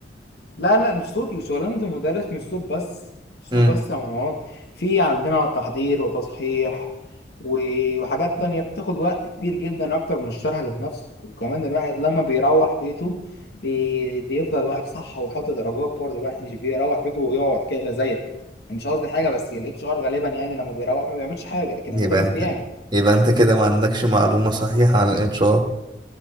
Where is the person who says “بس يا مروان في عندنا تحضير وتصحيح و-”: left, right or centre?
Left